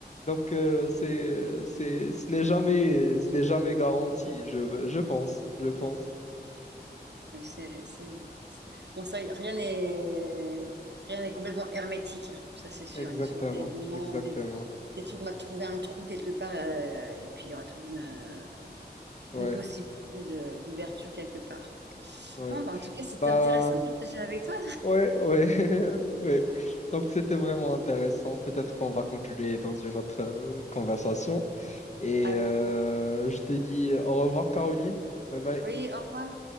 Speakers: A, on the left (about 40°); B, on the right (about 80°).
A: Donc euh, c'est, c'est, ce n'est jamais, ce n'est jamais garanti, je, je pense, je pense.
B: Ouais, C'est, c'est... Bon, ça, rien n'est rien n'est complètement hermétique, ça c'est sûr.
A: Exactement,
B: Il y a toujours des moments,
A: exactement.
B: des, des trucs, on va trouver un trou quelque part, euh, et puis il y aura toujours une, euh,
A: Ouais,
B: une possibilité de- d'ouverture quelque part.
A: ouais.
B: Bon, bah, en tout cas, c'était
A: Bah,
B: intéressant de partager avec toi.
A: Ouais, ouais, <laughs> ouais. Donc c'était vraiment intéressant. Peut-être qu'on va continuer dans une autre euh, conversation. Et
B: Avec...
A: euh, je te dis au revoir, Caroline. Bye bye.
B: Oui, au revoir.